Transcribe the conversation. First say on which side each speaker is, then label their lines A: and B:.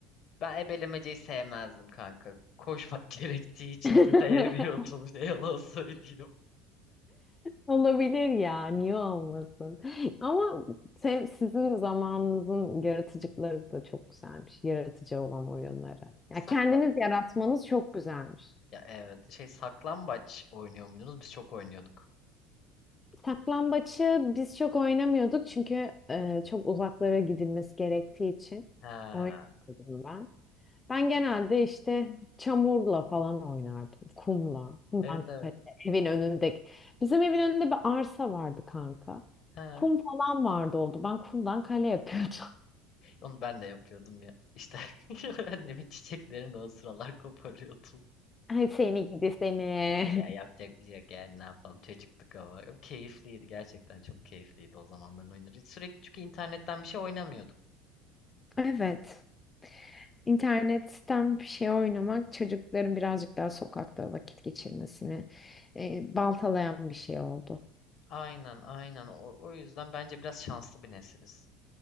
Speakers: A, on the left; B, on the left.
A: Ben ebelemeceyi sevmezdim kanka. Koşmak <laughs> gerektiği için
B: <laughs>
A: hiç sevmiyordum. Ne yalan söyleyeyim.
B: Olabilir ya, niye olmasın? Ama sen, sizin zamanınızın yaratıcıları da çok güzelmiş. Yaratıcı olan oyunları. Ya
A: Sakla
B: kendiniz yaratmanız çok güzelmiş.
A: ya evet şey saklambaç oynuyor muydunuz? Biz çok oynuyorduk.
B: Saklambaçı biz çok oynamıyorduk çünkü e, çok uzaklara gidilmesi gerektiği için
A: Ha.
B: oynamadım ben. Ben genelde işte çamurla falan oynardım, kumla, kumdan
A: Evet
B: kale,
A: evet.
B: evin önündeki. Bizim evin önünde bir arsa vardı kanka.
A: Ha.
B: Kum falan vardı oldu. Ben kumdan kale yapıyordum.
A: Onu ben de yapıyordum ya. İşte <laughs> annemin çiçeklerini o sıralar koparıyordum.
B: <laughs> Ay seni gidi seni. <laughs>
A: Ya yapacak bir şey yok yani ne yapalım çocuktuk ama. Keyifliydi gerçekten çok keyifliydi o zamanların oyunları. Sürekli çünkü internetten bir şey oynamıyorduk.
B: Evet. İnternetten bir şey oynamak çocukların birazcık daha sokakta vakit geçirmesini e, baltalayan bir şey oldu.
A: Aynen aynen o, o yüzden bence biraz şanslı bir nesiliz.